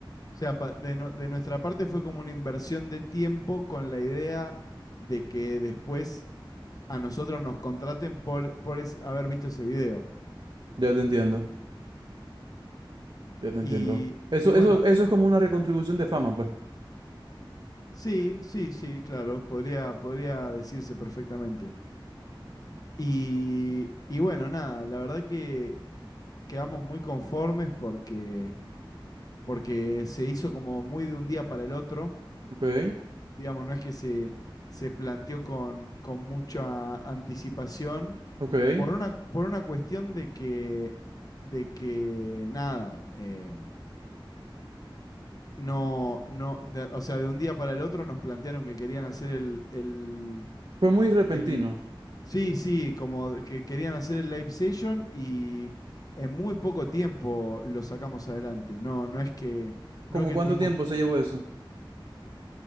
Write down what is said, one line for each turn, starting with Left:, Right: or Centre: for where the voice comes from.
Left: sea, pa- de, no- de nuestra parte fue como una inversión de tiempo con la idea de que después a nosotros nos contraten por, por es- haber visto ese video.
Right: ya te entiendo, ya te entiendo.
Left: Y,
Right: Eso,
Left: y bueno,
Right: eso, eso es como una recontribución de fama, pues.
Left: sí, sí, sí, claro, podría, podría decirse perfectamente. Y, y bueno, nada, la verdad que quedamos muy conformes porque, porque se hizo como muy de un día para el otro
Right: Ok,
Left: Digamos, no es que se, se planteó con, con mucha anticipación
Right: ok.
Left: por una, por una cuestión de que, de que nada, eh, no, no, de- o sea, de un día para el otro nos plantearon que querían hacer el, el,
Right: Fue muy repentino.
Left: el- sí, sí, como de que querían hacer el live session y en muy poco tiempo lo sacamos adelante. No, no es que, no
Right: ¿Cómo
Left: es que
Right: cuánto
Left: tuvimos,
Right: tiempo se llevó eso?